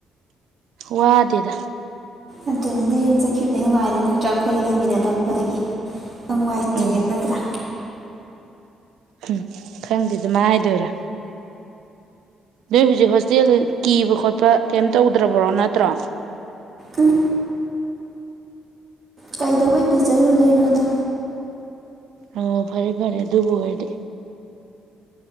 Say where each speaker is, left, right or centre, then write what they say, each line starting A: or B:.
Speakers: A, on the right; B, on the right.
A: ꯋꯥꯗꯦꯗ
B: ꯑꯗꯨꯅꯤꯅꯦ ꯌꯨꯝ ꯆꯠꯈꯤꯕꯗꯩ ꯅꯨꯡꯉꯥꯏꯔꯦ ꯅꯠꯇ꯭ꯔꯥ ꯑꯩꯈꯣꯏꯒ ꯂꯩꯃꯤꯟꯅꯗꯕꯗꯒꯤ ꯅꯨꯡꯉꯥꯏꯊꯔꯦ
A: ꯎꯝ
B: ꯅꯠꯇꯔꯥ
A: ꯎꯝ ꯈꯪꯗꯦ ꯑꯗꯨꯃꯥꯏ ꯍꯥꯏꯗꯣꯏꯔꯥ ꯅꯣꯏ ꯍꯧꯖꯤꯛ ꯍꯣꯁꯇꯦꯜ ꯀꯤꯕ ꯈꯣꯠꯄ ꯀꯩꯝ ꯇꯧꯗ꯭ꯔꯕ꯭ꯔꯣ ꯅꯠꯇ꯭ꯔꯣ
B: ꯎꯝ ꯀꯩꯗꯧꯕꯩ ꯀꯤꯖꯔꯨꯗꯣꯏꯅꯣꯗ
A: ꯑꯣ ꯐꯔꯦ ꯐꯔꯦ ꯑꯗꯨꯕꯨ ꯑꯣꯏꯗꯤ